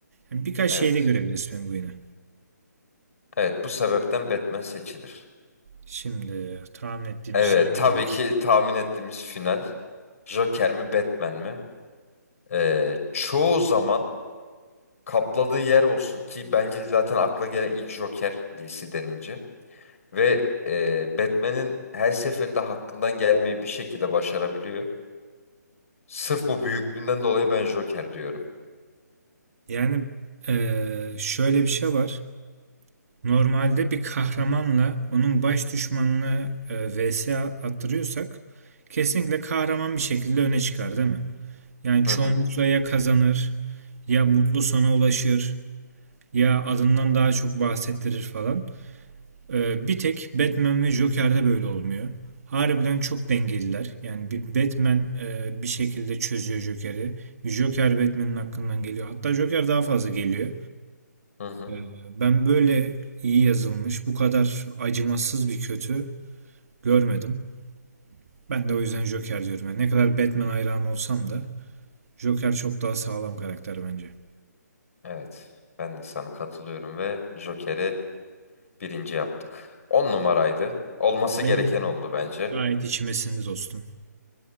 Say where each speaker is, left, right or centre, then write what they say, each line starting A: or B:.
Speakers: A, on the right; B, on the left.
A: Yani birkaç
B: Evet.
A: şeyde görebiliriz Penguin'i.
B: Evet bu sebepten Batman seçilir.
A: Şimdi tahmin ettiğimiz
B: Evet
A: şeye geldik.
B: tabii ki tahmin ettiğimiz final Joker mi Batman mi? Eee, çoğu zaman kapladığı yer olsun ki bence zaten akla gelen ilk Joker DC denince ve eee, Batman'in her seferinde hakkından gelmeyi bir şekilde başarabiliyor. Sırf bu büyüklüğünden dolayı ben Joker diyorum.
A: Yani eee, şöyle bir şey var. Normalde bir kahramanla onun baş düşmanını eee, vs attırıyorsak kesinlikle kahraman bir şekilde öne çıkar değil mi? Yani çoğunlukla
B: Hı hı.
A: ya kazanır ya mutlu sana ulaşır ya adından daha çok bahsettirir falan. Ee, bir tek Batman ve Joker'de böyle olmuyor. Harbiden çok dengeliler. Yani bir Batman e, bir şekilde çözüyor Joker'i. Bir Joker Batman'in hakkından geliyor. Hatta Joker daha fazla geliyor.
B: Hı hı.
A: Ee, ben böyle iyi yazılmış, bu kadar acımasız bir kötü görmedim. Ben de o yüzden Joker diyorum. Yani ne kadar Batman hayranı olsam da Joker çok daha sağlam karakter bence.
B: Evet, ben de sana katılıyorum ve Joker'i birinci yaptık. 10 numaraydı. Olması
A: Ama Benim
B: gereken oldu bence.
A: gayet içimesinde dostum.